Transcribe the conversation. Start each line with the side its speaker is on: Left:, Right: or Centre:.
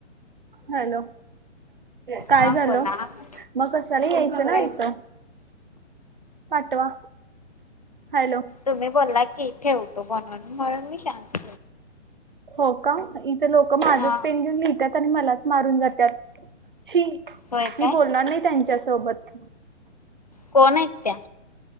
Right: हॅलो काय
Left: हा
Right: झाल?
Left: बोला आपण
Right: मग कशाला यायचं ना
Left: काय
Right: इथ. पाटवा. हॅलो
Left: तुम्ही बोलला की ठेवतो म्हनून म्हणून मी शांत
Right: हो का इथं लोक माझंच
Left: हा
Right: पेन घेऊन लिहितात आणि मलाच मारून जात्यात. शी
Left: होय
Right: मी
Left: काय
Right: बोलणार नाही त्यांच्यासोबत.
Left: कोण हायत त्या?